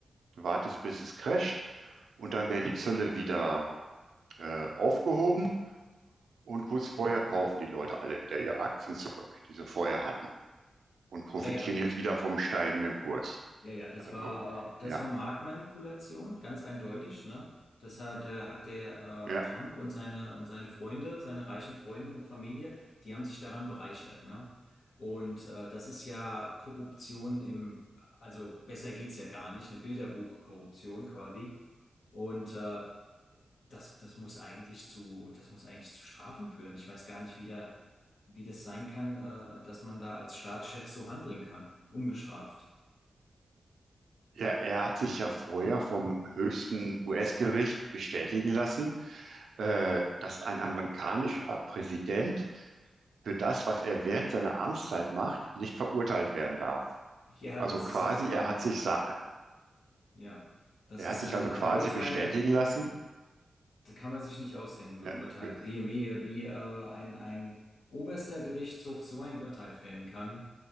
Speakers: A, on the right (about 80°); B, on the left (about 75°).
A: wartet, bis es crasht und dann werden die Zölle wieder äh, aufgehoben und kurz vorher kaufen die Leute alle wieder ihre Aktien zurück, die sie vorher hatten. und profitieren
B: Ja, ja,
A: jetzt wieder vom steigenden Kurs.
B: ja, ja, das
A: Also,
B: war, äh, das
A: ja,
B: war Marktmanipulation, ganz eindeutig, ne? Das hat, äh, hat der
A: ja.
B: äh, Trump und seine und seine Freunde, seine reichen Freunde und Familie, die haben sich daran bereichert, ne? Und äh, das ist ja Korruption im, also besser geht's ja gar nicht, eine Bilderbuchkorruption quasi. Und äh, Das, das muss eigentlich zu, das muss eigentlich zu Strafen führen. Ich weiß gar nicht, wie da, wie das sein kann, äh, dass man da als Staatschef so handeln kann, ungestraft.
A: Ja, er hat sich ja vorher vom höchsten US-Gericht bestätigen lassen, äh, dass ein amerikanischer Präsident für das, was er während seiner Amtszeit macht, nicht verurteilt werden darf.
B: Ja,
A: Also
B: das
A: quasi,
B: ist auch, ähm,
A: er hat sich, sa-
B: ja, das
A: er
B: ist
A: hat sich
B: ein,
A: also quasi
B: ein Urteil,
A: bestätigen lassen.
B: da kann man sich nicht ausdenken, so
A: Ja,
B: ein Urteil.
A: be-
B: Wie, wie, wie, äh, ein, ein oberster Gerichtshof so ein Urteil fällen kann,